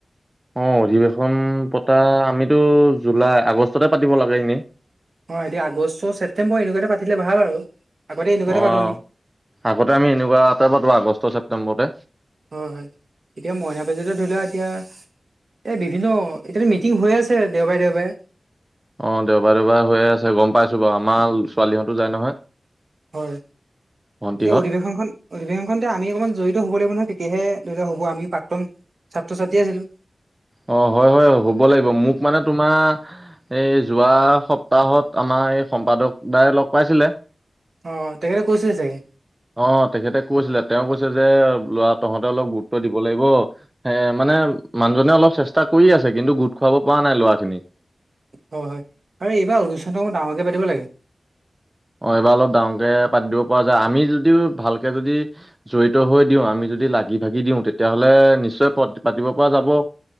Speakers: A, on the right; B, on the right.
A: অ' অধিৱেশন পতা আমিতো জুলাই আগষ্টতে পাতিব লাগে এনেই।
B: অ', এতিয়া আগষ্ট ছেপ্টেম্বৰ এনেকুৱাতে পাতিলে ভাল আৰু। আগতে এনেকুৱাতে
A: অ',
B: পাতো আমি
A: আগতে আমি এনেকুৱাতে পাটো আগষ্ট ছেপ্তেম্বৰতে।
B: হয়-হয়, এতিয়া মইনা পাৰিজাতৰ ধৰি লোৱা এতিয়া এই বিভিন্ন এতিয়াটো মিটিং হৈ আছে দেওবাৰে- দেওবাৰে।
A: অ', দেওবাৰে- দেওবাৰে হৈয়ে আছে গম পাইছু বাৰু আমাৰ ল ছোৱালীহঁতে যায় নহয়।
B: হয়,
A: ভন্টিহঁত
B: এতিয়া অধিৱেশনখন অধিবেশনখনতে আমি অকমান জড়িত হ'ব লাগিব নহয়, তেতিয়াহে ধৰি লওক হ'ব আমিও প্ৰাক্তন ছাত্ৰ-ছাত্ৰী আছিলো।
A: অ', হয়-হয়, হ'ব লাগিব। মোক মানে তোমা এই যোৱা সপ্তাহত আমাৰ এই সম্পাদক দাই লগ পাইছিলে।
B: অ', তেখেতে কৈছিলে চাগে?
A: অ', তেখেতে কৈছিলে, তেওঁ কৈছে যে ল'ৰা তহঁতে অলপ গুৰুত্ব দিব লাগিব। সে মানে মানুহজনে অলপ চেষ্টা কৰি আছে কিন্তু গোট খোৱাব পৰা নাই ল'ৰা খিনিক।
B: অ', হয়, আৰু এইবাৰ অনুষ্ঠানটো অকন ডাঙৰকে পাতিব লাগে।
A: অ', এইবাৰ অলপ ডাঙৰকে পাতি দিব পৰা যায়। আমি যদিও ভালকে যদি জড়িত হৈ দিওঁ, আমি যদি লাগি ভাগি দিওঁ, তেতিয়াহলে নিশ্চয় পত পাতিব পৰা যাব।